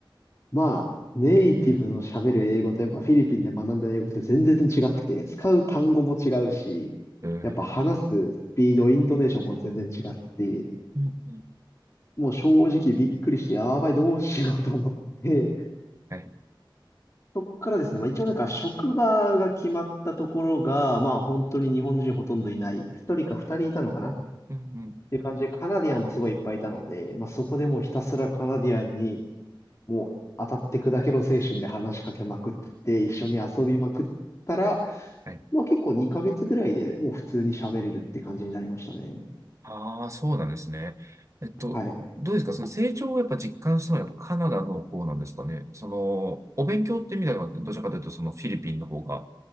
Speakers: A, on the left; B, on the right.
A: まあネイティブの喋る英語とやっぱフィリピンで学んだ英語って全然違くて、使う単語も違うし、
B: へえ。う
A: やっぱ話すスピード、イントネーションも全然違って、
B: ん、うん。
A: もう正直びっくりして、やばい、どうしようと思って、
B: はい。
A: そっからですね、まあ一応なんか職場が決まったところが、まあ本当に日本人ほとんどいない、一人か二人いたのかな
B: うん、うん。
A: ていう感じで、カナディアンもすごいいっぱいいたので、まあ、そこでもうひたすらカナディアンに、もう当たって砕けろ精神で話しかけまくって、一緒に遊びまくったら、
B: はい。
A: まあ、結構2ヶ月ぐらいでもう普通に喋れるって感じになりましたね。
B: ああ、そうなんですね。えっと、
A: はい、
B: どうですかその成長をやっぱ実感したのはやっぱカナダの方なんですかね。その、お勉強って意味では、どちらかというとそのフィリピンの方が